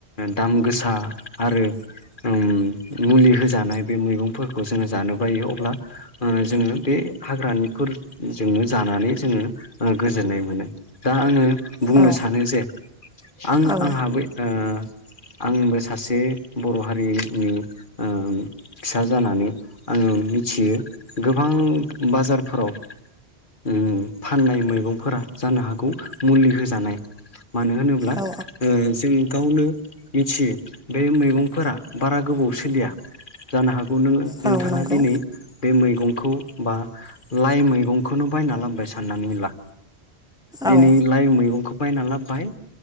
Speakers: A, on the left; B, in the centre.
A: दाम गोसा आरो उम मुलि होजानाय बे मैगंफोरखौ जोङो जानो बायो अब्ला ओ जोङो बे हाग्रानिखौ जोङो जानानै जोङो गोजोननाय मोनो दा आङो बुंनो
B: औ
A: सानो जे आंङो
B: औ
A: आंहाबो ओ आंबो सासे बर' हारिनि ओ‌ फिसा जानानै आङो मिथियो गोबां बाजारफोराव उम फाननाय मैगंफोरा जानो हागौ मुलि होजानाय मानो होनोब्ला
B: औ
A: ओ जों गावनो मिथियो बे मैगंफोरा बारा गोबाव सोलिया जानो हागौ नोङो
B: औ
A: नोंथाङा
B: नंगौ
A: दिनै बे मैगंखौ बा लाइ मैगंखौनो बायना लाबोबाय साननानै ला दिनैलाय
B: औ
A: मैगंखौ बायना लाबबाय